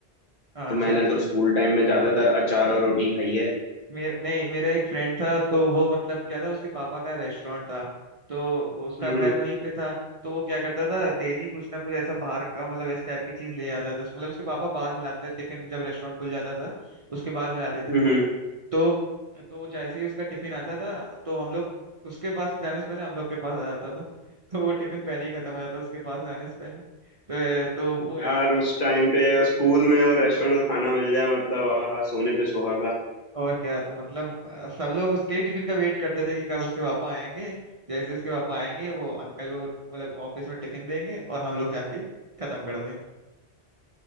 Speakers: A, on the right; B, on the left.
A: हाँ
B: तो
A: अच्छा
B: मैंने
A: अच्छा
B: तो स्कूल टाइम में ज्यादातर अचार और रोटी खाई है
A: मेरा नहीं मेरा एक फ्रेंड था तो वो मतलब क्या था उसके पापा का रेस्टोरेंट था तो उसका
B: हम्म
A: घर वहीं पे था तो वो क्या करता था डेली कुछ ना कुछ ऐसा बाहर का मतलब इस टाइप की चीज ले आता था मतलब उसके पापा बाद में लाते थे टिफिन में जब रेस्टोरेंट खुल जाता था उसके बाद में लाते थे
B: हम्म
A: टिफिन
B: हम्म।
A: तो तो जैसे ही उसका टिफिन आता था तो हम लोग उसके पास जाने से पहले हम लोग के पास आ जाता था तो वो टिफिन पहले ही खत्म हो जाता उसके पास जाने से पहले तो तो
B: यार
A: वो याद है काफी
B: उस टाइम
A: मतलब
B: पे स्कूल में और रेस्टोरेंट का खाना मिल जाए मतलब आहा सोने पे सुहागा
A: और क्या तो मतलब अ, सब लोग उसके ही टिफिन का वेट करते थे कि कब उसके पापा आएंगे जैसे उसके पापा आएंगे वो अंकल को मतलब ऑफिस में टिफिन देंगे और हम लोग जाके खत्म कर देंगे